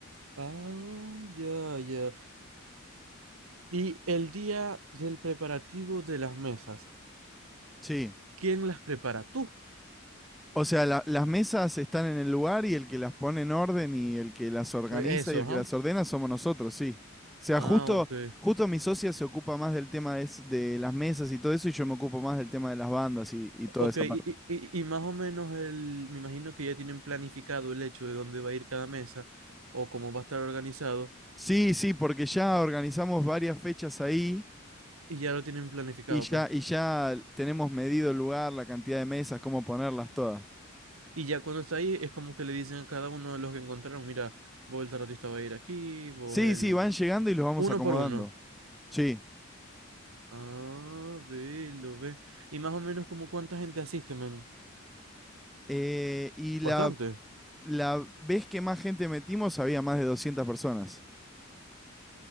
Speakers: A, on the right; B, in the centre.
A: Ah, ya, ya. Y el día del preparativo de las mesas,
B: Sí.
A: ¿quién las prepara? ¿Tú?
B: O sea, la- las mesas están en el lugar y el que las pone en orden y el que las organiza
A: Eh, Eso,
B: y el que
A: ¿ah?
B: las ordena somos nosotros, sí. O sea,
A: Ah,
B: justo,
A: ok.
B: justo mi socia se ocupa más del tema de, es- de las mesas y todo eso y yo me ocupo más del tema de las bandas y, y toda
A: Ok,
B: esa
A: y,
B: parte.
A: y- y- y más o menos el, me imagino que ya tienen planificado el hecho de dónde va a ir cada mesa o cómo va a estar organizado
B: Sí, sí, porque ya organizamos varias fechas ahí
A: y ya lo tienen planificado,
B: y ya,
A: pues.
B: y ya tenemos medido el lugar, la cantidad de mesas, cómo ponerlas todas.
A: Y ya cuando está ahí es como que le dicen a cada uno de los que encontraron, mira, vos el tarotista va a ir aquí, vos
B: Sí,
A: el...
B: sí, van llegando y los vamos
A: Uno
B: acomodando.
A: por uno.
B: Sí.
A: Ah, ve, lo ve. Y más o menos como cuánta gente asiste, men.
B: Eh, y la,
A: Bastante.
B: la vez que más gente metimos había más de 200 personas.